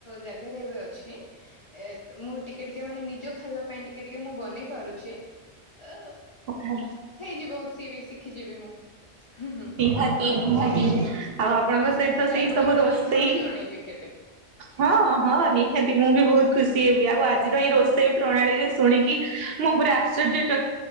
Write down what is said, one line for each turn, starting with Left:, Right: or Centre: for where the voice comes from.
Left: ଜାଗାରେ ଏବେ ଅଛି। ଏ ମୁଁ ଟିକେ ଟିକେ ମାନେ ନିଜ ଖାଇବା ପାଇଁ ଟିକେ ଟିକେ ମୁଁ ବନେଇ ପାରୁଛି। ଏ
Right: <unintelligible>
Left: ହେଇଯିବ ସିଏ ବି ଶିଖିଯିବି ମୁଁ ହୁଁ ହୁଁ।
Right: ନିହାତି ନିହାତି ଆଉ ଆପଣଙ୍କ
Left: ମୁଁ ଶିଖିଲେ
Right: ସହିତ ସେଇ
Left: ଆପଣଙ୍କୁ
Right: ସବୁ ରୋଷେଇ
Left: ନିହାତି ଜଣେଇବି କେବେ।
Right: ହଁ ହଁ ନିହାତି ମୁଁ
Left: ହୁଁ
Right: ବି ବହୁତ ଖୁସି ହେବି ଆଉ ଆଜିର
Left: ହୁଁ
Right: ଏଇ ରୋଷେଇ ପ୍ରଣାଳୀରେ ଶୁଣିକି ମୁଁ ପୁରା ଆଶ୍ଚର୍ଯ୍ୟ ଚ